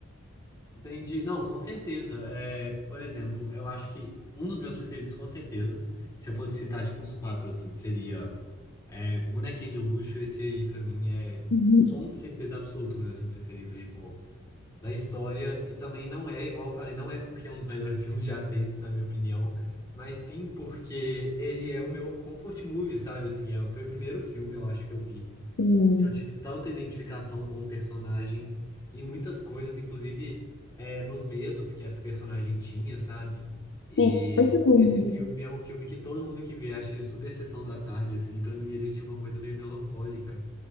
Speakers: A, on the left; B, on the left.
A: Entendi. Não, com certeza. É, por exemplo, eu acho que um dos meus preferidos, com certeza, se eu fosse citar tipo uns quatro assim, seria é, Bonequinha de Luxo. Esse aí pra mim é
B: Uhum.
A: com certeza absoluto um dos meus filmes preferidos, tipo, da história. E também não é, igual eu falei, não é porque é um dos melhores <laughs> filmes já feitos, na minha opinião, mas sim porque ele é o meu comfort movie, sabe? Assim, é- foi o primeiro filme, eu acho, que eu vi
B: Sim,
A: que eu tive tanta identificação com o personagem e muitas coisas, inclusive é, nos medos que essa personagem tinha, sabe? E
B: sim, muito lindo.
A: esse filme é um filme que todo mundo que vê acha ele super sessão da tarde, assim, e pra mim ele tinha uma coisa meio melancólica,